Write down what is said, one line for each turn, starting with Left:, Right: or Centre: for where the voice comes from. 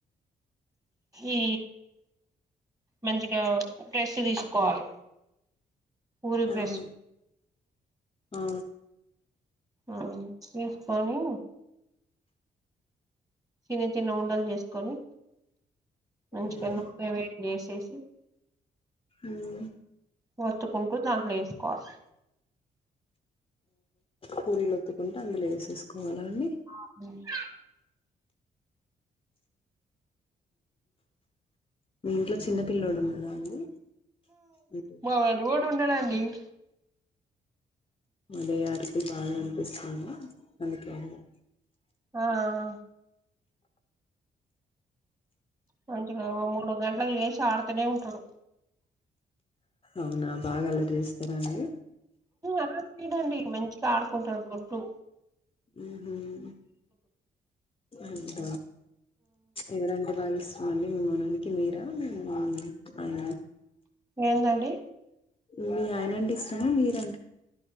Right: ఈ మంచిగా ప్రెస్ తీసుకోవాలి ఊరి ప్రెస్
Left: ఆహా ఆ
Right: ఆ తీసుకోని చిన్న చిన్న ఉండలు చేసుకొని మంచిగా
Left: మ్మ్
Right: నూనె వేడి చేసేసి
Left: మ్మ్
Right: ఒత్తుకుంటూ దాంట్లో వేసుకోవాలి
Left: పూరీలువొత్తుకుంటే అందులో వేసేసుకోవాల అన్ని
Right: అవును
Left: మీ ఇంట్లో చిన్న పిల్లోడు ఉన్నాడా అండి అంటే
Right: మా లడ్డుగాడు ఉంటాడండి ఏ
Left: అదే అరుపులు బాగా వినిపిస్తుంది అందుకే అడిగా
Right: ఆ ఆ మంచిగా ఓ మూడు గంటలు లేసి ఆడుతనే ఉంటాడు
Left: అవునా బాగా అల్లరి చేస్తారా అండి
Right: అలా చేయాడండి మంచిగా ఆడు కుంటాడు కుంటు
Left: మ్మ్ హ్మ్ అంట ఎవరంటే బాగిస్ చమండి మిమ్మననికి మీరా మీ ఆయన
Right: ఏందండి
Left: మీ ఆయన అంటే ఇష్టమా మీరా